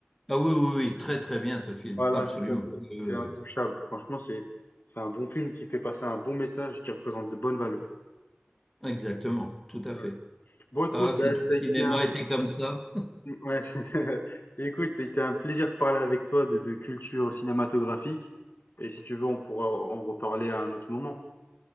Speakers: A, in the centre; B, on the left (about 55°).
A: Ah oui, oui, oui, très très bien ce film,
B: Voilà,
A: absolument.
B: c'est ça, c'est
A: Oui,
B: c'est
A: oui.
B: intouchable. Franchement, c'est c'est un bon film qui fait passer un bon message qui représente de bonnes valeurs.
A: oui. Exactement, tout à
B: Ouais.
A: fait.
B: Bon, écoute,
A: Ah, si
B: bah,
A: tout
B: ça
A: le cinéma
B: a été un...
A: était comme ça,
B: ouais, <laughs> c'est- écoute, ça a été un plaisir de parler avec toi de, de culture cinématographique. Et si tu veux, on pourra en reparler à un autre moment.